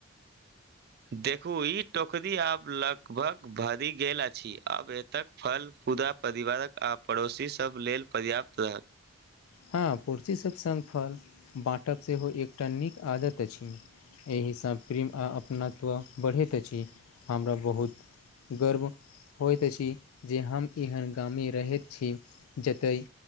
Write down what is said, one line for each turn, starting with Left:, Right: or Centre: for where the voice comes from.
Right: देखू ई टोकरी आब लगभग भरि गेल अछि आब ए तक फल फुदा परिवारक आ पड़ोसी सब लेल पर्याप्त रहत।
Left: हँ पुर्सी सब संगफल बाँटब सेहो एकटा नीक आदत अछि। एहिसँ प्रेम आ अपनत्व बढ़ैत अछिहमरा बहुत गर्व होइत अछि जे हम एहन गामे रहैत छी जतय